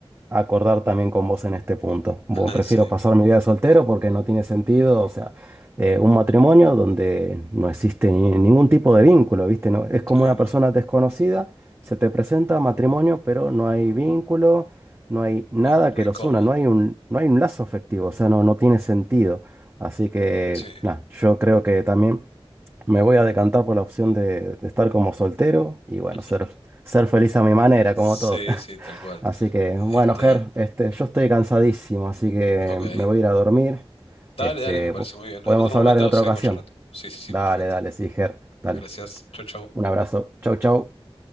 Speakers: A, on the right (about 25°); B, on the left (about 85°).
A: acordar también con vos en este punto. Bueno,
B: <laughs>
A: prefiero
B: sí,
A: pasar mi vida de soltero porque no tiene sentido, o sea, eh, un matrimonio donde no existe ni- ningún tipo de vínculo, ¿viste? No, es como
B: sí,
A: una
B: no,
A: persona desconocida, se te presenta matrimonio, pero no hay vínculo, no hay nada
B: no, re
A: que los
B: cómodo,
A: una, no hay un, no hay un lazo afectivo, o sea, no, no tiene sentido. Así que,
B: sí.
A: nada, yo creo que también... Me voy a decantar por la opción de, de estar como soltero y bueno,
B: ujú.
A: ser, ser feliz a mi manera,
B: Sí,
A: como todos. <laughs>
B: sí, tal cual.
A: Así que, bueno,
B: Este,
A: Ger, este, yo estoy cansadísimo, así que
B: ok.
A: me voy a ir a dormir.
B: Dale,
A: Este,
B: dale, me parece
A: po-
B: muy bien.
A: podemos
B: En otro momento
A: hablar en otra
B: seguimos
A: ocasión.
B: charlando. Sí, sí, sí,
A: Dale,
B: perfecto.
A: dale, sí, Ger, dale.
B: Gracias. Chau, chau.
A: Un abrazo. Chau, chau.